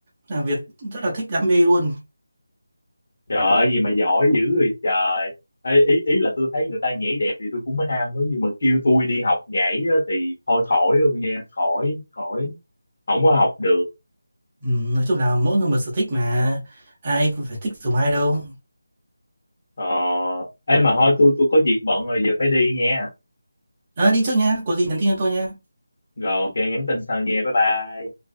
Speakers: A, on the right; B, on the left.
A: là Việt rất là thích đam mê luôn
B: trời ơi, gì mà giỏi dữ rồi trời Ê, ý ý là tôi thấy người ta nhảy đẹp thì tôi cũng mới ham lắm nhưng mà kêu tôi đi học nhảy á, thì thôi khỏi luôn nha khỏi khỏi không có học được
A: ừ, nói chung là mỗi người một sở thích mà ai cũng phải thích giống ai đâu
B: ờ em mà thôi tôi tôi có việc bận rồi giờ phải đi nha
A: À, đi trước nhá, có gì nhắn tin cho tôi nhá.
B: Rồi ok nhắn tin sau nha. Bye bye.